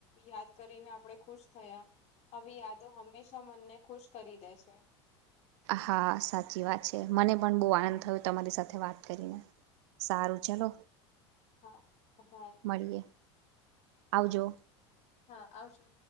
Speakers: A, on the left; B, on the right.
A: યાદ કરીને આપણેે ખુશ થયા આવી યાદો હંમેશા મનને ખુશ કરી દે છે.
B: હા સાચી વાત છે. મને પણ બહુ આનંદ થયો તમારી સાથે વાત કરીને. સારું ચલો.
A: હા, આભાર.
B: મળીએ આવજો.
A: હા આવજો.